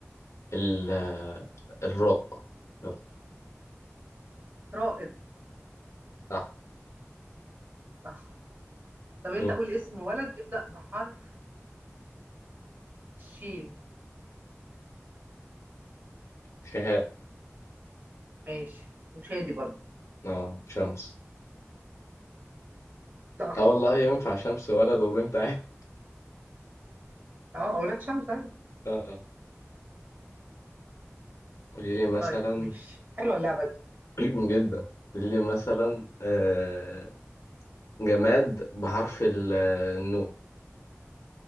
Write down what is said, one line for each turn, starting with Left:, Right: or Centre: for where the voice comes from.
Left: ال آه، الراء يلا
Right: رائد
Left: صح
Right: صح طب أنت
Left: مم.
Right: قول اسم ولد يبدأ بحرف شين
Left: شهاب
Right: ماشي وشادي برضه
Left: اه شمس
Right: صح
Left: اه والله ينفع شمس ولد وبنت عادي
Right: اه اولاد شمس ايوه
Left: <laughs> اه اه قولي لي مثلا
Right: طيب ماشي حلوه اللعبه دي
Left: <clears throat> جدا قولي لي مثلا آه جماد بحرف ال- النون